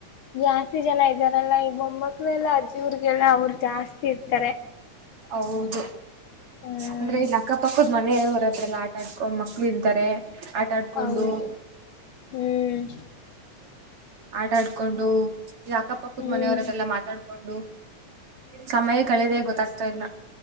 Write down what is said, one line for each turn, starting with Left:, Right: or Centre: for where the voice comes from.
Left: ಜಾಸ್ತಿ ಜನ ಇದ್ದಾರಲ್ಲಾ ಈ ಬೊಮ್ಮಕ್ಳ ಎಲ್ಲ ಅಜ್ಜಿವ್ರಗೆಲ್ಲ ಅವರು ಜಾಸ್ತಿ ಇರ್ತಾರೆ.
Right: ಹೌದು.
Left: ಹ್ಮ್
Right: ಅಂದ್ರೆ ಇಲ್ಲಿ ಅಕ್ಕಪಕ್ಕದ್ ಮನೆ ಹೊರದ್ರಲ್ಲ ಆಟ ಆಡ್ಕೊಂಡ್ ಮಕ್ಳು ಇರ್ತಾರೆ. ಆಟ ಆಡ್ಕೊಂಡು
Left: ಹೌದು, ಹ್ಮ್
Right: ಆಟ ಆಡ್ಕೊಂಡು ಈಗ ಅಕ್ಕಪಕ್ಕದ
Left: ಹ್ಮ್
Right: ಮನೆಯವರೆಲ್ಲ ಮಾತಾಡ್ಕೊಂಡು. ಸಮಯ ಕಳೆದ ಗೊತ್ತಾಗ್ತಾ ಇಲ್ಲ.